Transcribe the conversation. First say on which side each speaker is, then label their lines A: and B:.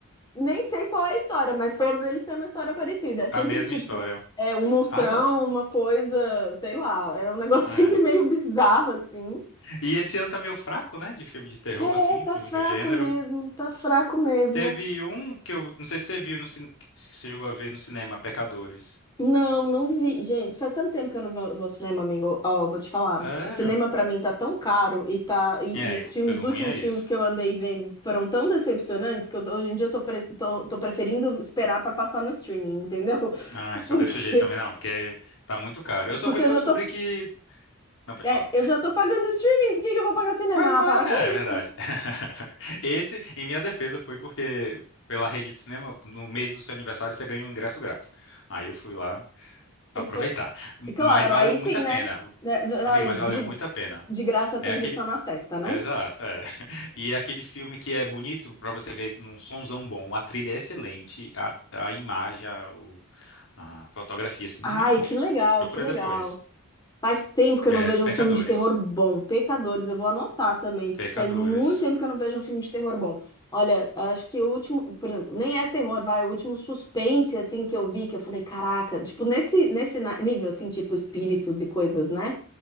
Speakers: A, on the left (about 20°); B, on the left (about 60°).
A: Nem sei qual é a história, mas todos eles têm uma história parecida. É sempre
B: A mesma
A: tipo,
B: história.
A: é um monstrão,
B: Ah, não. e-
A: uma coisa, sei lá, é um negócio
B: É.
A: <laughs> sempre meio bizarro assim.
B: E esse ano tá meio fraco, né? De filme de terror,
A: É,
B: assim,
A: tá
B: filme
A: fraco
B: do gênero.
A: mesmo, tá fraco mesmo.
B: Teve um que eu não sei se você viu no cinema, que você chegou a ver no cinema, Pecadores.
A: Não, não vi. Gente, faz tanto tempo que eu não vou vou ao cinema, amigo. Ó, vou te falar.
B: Sério?
A: Cinema pra mim tá tão caro e tá e,
B: É,
A: e os
B: o
A: filmes, os
B: o
A: últimos
B: ruim é isso.
A: filmes que eu andei vendo foram tão decepcionantes que eu- hoje em dia eu tô, pre- tô, tô preferindo esperar pra passar no streaming, entendeu?
B: Ah,
A: <laughs>
B: só
A: Porque
B: desse jeito também não, porque tá muito caro. Eu só
A: porque
B: fui
A: eu
B: porque
A: já
B: eu descobri
A: tô
B: que. Não, pode
A: É,
B: falar.
A: eu já tô pagando streaming, por que que eu vou pagar cinema?
B: Mas não
A: Ah, para
B: é,
A: com
B: é verdade.
A: isso.
B: <laughs> Esse, em minha defesa, foi porque pela rede de cinema, no mês do seu aniversário, você ganha um ingresso grátis. Aí eu fui lá
A: E
B: aproveitar.
A: foi. e Claro,
B: Mas valeu
A: aí
B: muito
A: sim,
B: a
A: né?
B: pena.
A: Né,
B: Amiga,
A: Ai,
B: mas valeu
A: de,
B: muito a pena.
A: de graça tem
B: É aquele.
A: injeção na testa, né?
B: Exato, é. <laughs> E é aquele filme que é bonito pra você ver num sonzão bom, a trilha é excelente, a, a imagem, a, o- a fotografia, assim,
A: Ai,
B: muito bom.
A: que legal,
B: Procura
A: que legal.
B: depois.
A: Faz tempo que eu
B: É,
A: não vejo
B: Pecadores.
A: um filme de terror bom. Pecadores, eu vou anotar também, porque
B: Pecadores.
A: faz muito tempo que eu não vejo um filme de terror bom. Olha, acho que o último, por exemplo, nem é terror, vai, o último suspense assim que eu vi, que eu falei, caraca, tipo nesse nesse na- nível assim, tipo espíritos e coisas, né?